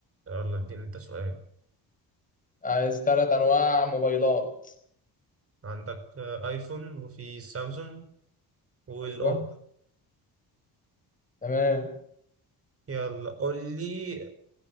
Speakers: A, on the right; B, on the left.
A: يلا اديني انت سؤال
B: عايز ثلاث أنواع موبايلات
A: عندك آه، ايفون وفي سامسونج والأوبو
B: أيوه تمام
A: يلا قول لي